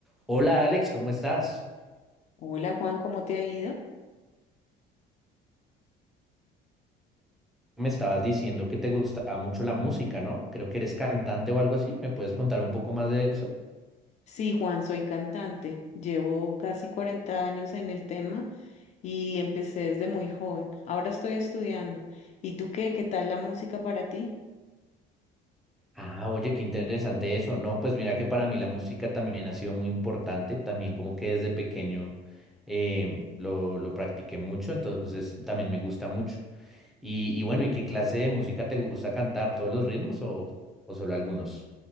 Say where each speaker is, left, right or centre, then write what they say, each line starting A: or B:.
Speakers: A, in the centre; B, on the left.
A: Hola Alex, ¿cómo estás?
B: Hola Juan, ¿cómo te ha ido?
A: Me estabas diciendo que te gustaba mucho la música, ¿no? Creo que eres cantante o algo así. ¿Me puedes contar un poco más de eso?
B: Sí, Juan, soy cantante. Llevo casi 40 años en el tema y empecé desde muy joven. Ahora estoy estudiando. ¿Y tú qué? ¿Qué tal la música para ti?
A: Ah, oye, qué interesante eso. No, pues mira que para mí la música también ha sido muy importante. También como que desde pequeño eh, lo, lo practiqué mucho, entonces también me gusta mucho. Y, y bueno, ¿y qué clase de música te gusta cantar? ¿Todos los ritmos o, o solo algunos?